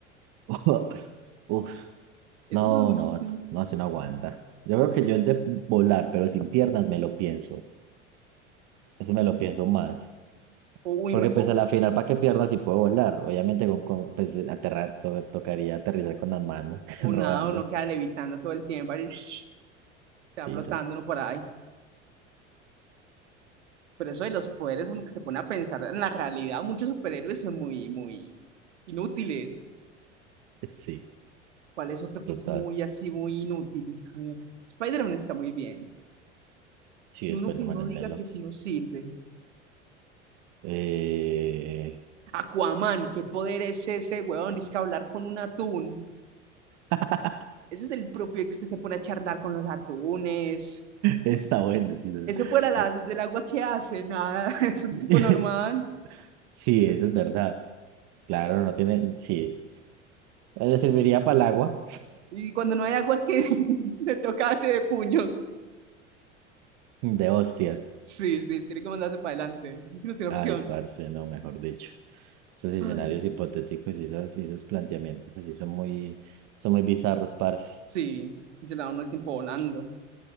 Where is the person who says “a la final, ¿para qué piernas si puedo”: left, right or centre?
Right